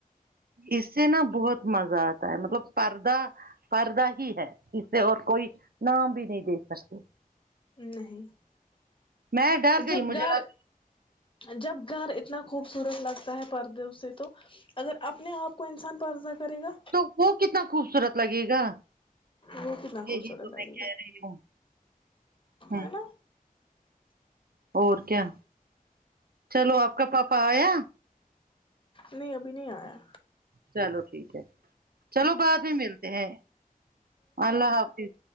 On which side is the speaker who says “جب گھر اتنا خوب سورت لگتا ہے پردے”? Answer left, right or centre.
Left